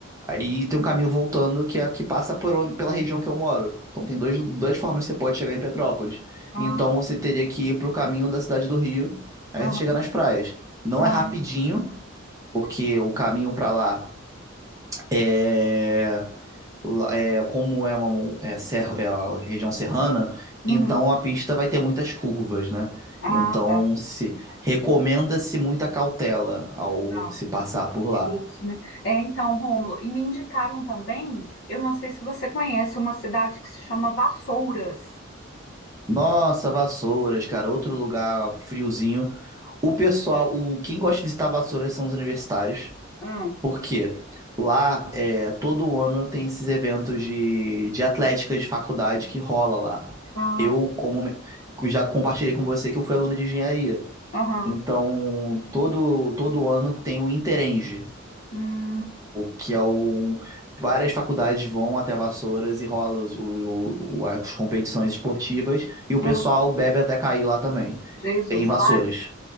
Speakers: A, on the right; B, on the left.
A: Aí tem um caminho voltando que é que passa por onde- pela região que eu moro. Então tem dois, duas formas que você pode chegar em Petrópolis.
B: Ah,
A: Então você teria que ir pro caminho da cidade do Rio, aí
B: aham.
A: você chega nas praias. Não
B: Ah,
A: é rapidinho, porque o caminho pra lá é, lá- é como é uma mon- é, serra, é a região serrana,
B: uhum.
A: então a pista vai ter muitas curvas, né?
B: Ah,
A: Então
B: tá.
A: se recomenda-se muita cautela ao
B: tá.
A: se passar por lá.
B: Perigoso, né? É, então, Rômulo, e me indicaram também, eu não sei se você conhece, uma cidade que se chama Vassouras.
A: Nossa, Vassouras, cara, outro lugar friozinho. O pessoal, o quem gosta de visitar Vassouras são os universitários,
B: Ah,
A: porque lá é, todo ano tem esses eventos de, de atlética de faculdade que rola lá.
B: Ah,
A: Eu,
B: tá.
A: como me- já compartilhei com você que eu fui aluno de engenharia,
B: Aham.
A: então todo todo ano tem o Interenge
B: Hum,
A: que é um. Várias faculdades vão até Vassouras e rola os, o, o- as competições esportivas e o
B: aham.
A: pessoal bebe até cair lá também.
B: Jesus,
A: É em Vassouras.
B: lá,